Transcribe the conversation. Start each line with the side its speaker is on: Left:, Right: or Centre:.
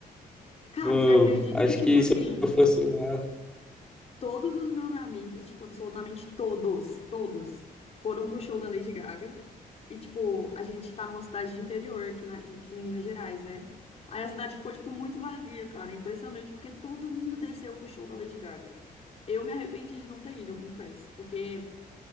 Left: Cara,
Centre: no-
Left: você acredita
Centre: acho
Left: que, tipo
Centre: que
Left: assim,
Centre: se eu fosse lá,
Left: todos os meus amigos, tipo, absolutamente todos, todos, foram pro show da Lady Gaga. E, tipo, a gente tá numa cidade de interior aqui, na, aqui em Minas Gerais, né? Aí a cidade ficou, tipo, muito vazia, cara. Impressionante, porque todo mundo desceu pro show da Lady Gaga. Eu me arrependi de não ter ido, eu confesso. Porque